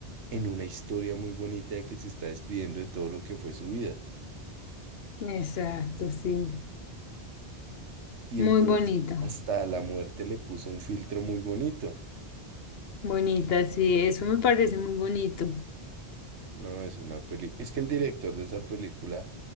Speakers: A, on the right; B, on the left.
A: en una historia muy bonita de que se está despidiendo de todo lo que fue su vida.
B: Exacto, sí.
A: Y
B: Muy
A: entonces
B: bonita,
A: hasta la muerte le puso un filtro muy bonito.
B: bonita, sí, eso me parece muy bonito.
A: No, es una peli. Es que el director de esa película,